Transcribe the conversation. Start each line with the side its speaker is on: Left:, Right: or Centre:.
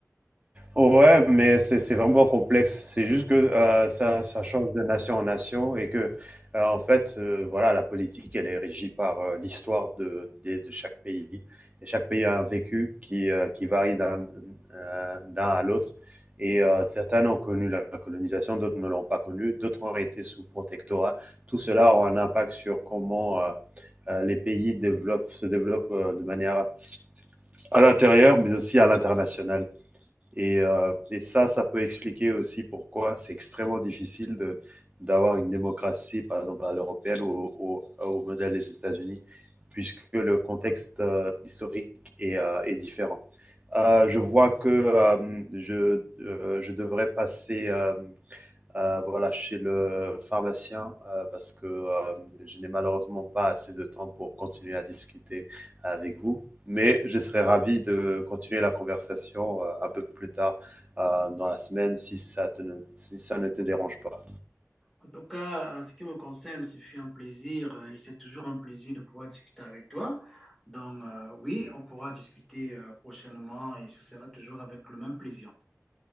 Right: Ouais, mais c'est c'est vraiment complexe. C'est juste que euh, ça, ça change de nation en nation et que, euh, en fait, euh, voilà, la politique, elle est régie par euh, l'histoire de, des- de chaque pays. Et chaque pays a un vécu qui, euh, qui varie d'un euh, d'un à l'autre. Et euh, certains ont connu la colonisation, d'autres ne l'ont pas connue, d'autres ont été sous protectorat. Tout cela a un impact sur comment euh, euh, les pays développent, se développent euh, de manière à l'intérieur, mais aussi à l'international. Et, euh, et ça, ça peut expliquer aussi pourquoi c'est extrêmement difficile de, d'avoir une démocratie, par exemple, à l'européenne ou au, au modèle des États-Unis, puisque le contexte euh, historique est, euh, est différent. Euh, je vois que euh, je, euh, je devrais passer euh, euh, voilà, chez le pharmacien euh, parce que euh, je n'ai malheureusement pas assez de temps pour continuer à discuter avec vous. Mais je serais ravi de continuer la conversation euh, un peu plus tard euh, dans la semaine si ça, te ne, si ça ne te dérange pas.
Centre: En tout cas, en ce qui me concerne, ce fut un plaisir euh, et c'est toujours un plaisir de pouvoir discuter avec toi. Donc, euh, oui, on pourra discuter euh, prochainement et ce sera toujours avec le même plaisir.